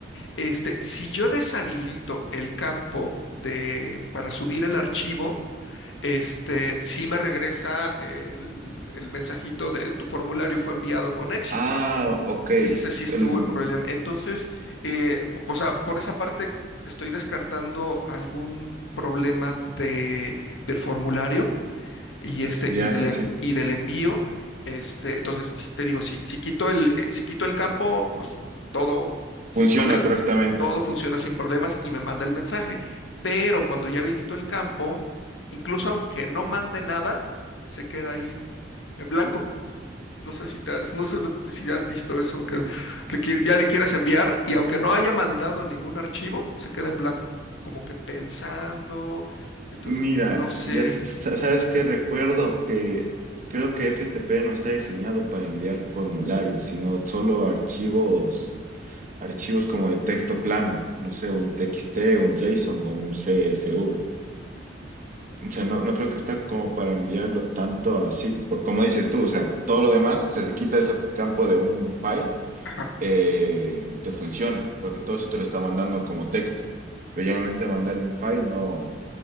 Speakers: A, on the left (about 80°); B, on the right (about 45°).
A: Este, si yo deshabilito el campo de, para subir el archivo, este, sí me regresa el, el mensajito de tu formulario fue enviado con éxito
B: Ah, ok.
A: y ese sí
B: Es
A: estuvo
B: el-
A: el problema. Entonces, eh, p- o sea, por esa parte estoy descartando algún problema de, del formulario y este
B: Ya,
A: y del
B: sí,
A: en-
B: sí.
A: y del envío. Este, entonces s- te digo, si, si quito el, eh, si quito el campo, pues todo sin
B: Funciona
A: problemas.
B: correctamente.
A: Todo funciona sin problemas y me manda el mensaje. Pero cuando ya habilito el campo, incluso aunque no mande nada, se queda ahí en blanco. No sé si, te has- no sé de- si has visto eso, que le qui- ya le quieras enviar y aunque no haya mandado ningún archivo, se queda en blanco, como que pensando. Entonces,
B: Mira,
A: no sé.
B: ya s- s- sabes que recuerdo que creo que FTP no está diseñado para enviar formularios, sino solo archivos, archivos como de texto plano, no sé, un TXT, un JSON o un CSV. O sea, no, no creo que está como para enviarlo tanto así, por como dices tú, o sea, todo lo demás, o sea, se quita ese campo de un file
A: Ajá,
B: eh, te funciona, porque todo eso te lo está mandando como texto, pero generalmente mandarle un file no,